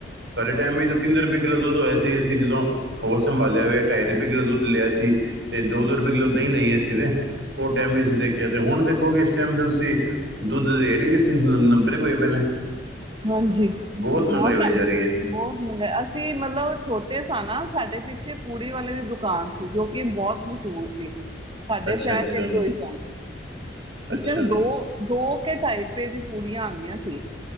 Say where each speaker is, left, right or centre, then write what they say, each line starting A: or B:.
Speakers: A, on the right; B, on the right.
A: ਸਾਡੇ ਟਾਈਮ ਵਿੱਚ ਤਿੰਨ ਰੁਪਏ। ਕਿੱਲੋ ਦੁੱਧ ਹੋਇਆ ਸੀ। ਅਸੀਂ ਜਦੋਂ ਹੋਸ਼ ਸੰਭਾਲਿਆ ਹੋਇਆ। ਢਾਈ ਰੁਪਏ ਕਿੱਲੋ ਦੁੱਧ ਲਿਆ ਸੀ ਤੇ ਦੋ ਦੋ ਰੁਪਏ ਕਿੱਲੋ ਦਹੀਂ। ਦਹੀਂ ਲਈ ਆ ਅਸੀਂ ਤੇ। ਟਾਈਮ ਵੀ ਅਸੀਂ ਦੇਖਿਆ ਤੇ ਹੁਣ ਦੇਖੋਗੇ ਇਸ ਟਾਈਮ ਦੇ ਤੁਸੀਂ ਦੁੱਧ ਦੇ ਰੇਟ ਵੀ ਅੱਸੀ ਨਬੇ ਰੁਪਏ ਹੀ ਹੋਏ ਪਏ ਨੇ।
B: ਹਾਂਜੀ
A: ਬਹੁਤ ਮਹਿੰਗਾਈ
B: ਹੁਣ
A: ਹੋਈ ਜਾ ਰਹੀ ਹੈ
B: ਬਹੁਤ ਮਹਿੰਗਾਈ ਅਸੀਂ ਮਤਲਬ ਛੋਟੇ ਸਾ ਨਾ। ਸਾਡੇ ਪਿੱਛੇ ਪੂੜੀ ਵਾਲੇ ਦੀ ਦੁਕਾਨ ਸੀ। ਜੋ ਕਿ ਬਹੁਤ ਮਸ਼ਹੂਰ ਸੀ। ਸਾਡੇ
A: ਅੱਛਾ
B: ਸ਼ਹਿਰ
A: ਅੱਛਾ
B: 'ਚ ਇੱਕ ਦੋ ਹੀ ਸਨ।
A: ਅੱਛਾ
B: ਬੱਚਿਆਂ ਨੂੰ ਦੋ ਦੋ ਕੇ ਢਾਈ ਰੁਪਏ ਦੀ ਪੂੜੀਆਂ ਆਉਂਦੀਆਂ ਸੀ।